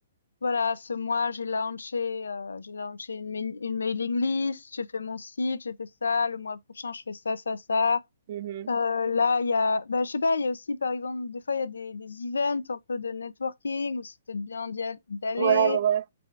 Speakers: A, on the left; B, on the right.
A: voilà, ce mois, j'ai launché, euh, j'ai launché une, mail- une mailing list, j'ai fait mon site, j'ai fait ça, le mois prochain, je fais ça, ça, ça.
B: Mhm, mhm.
A: Euh, là, il y a, bah, je sais pas, il y a aussi, par exemple, des fois, il y a des, des events un peu de networking où c'est peut-être bien d'y al- d'aller.
B: Ouais, ouais, ouais.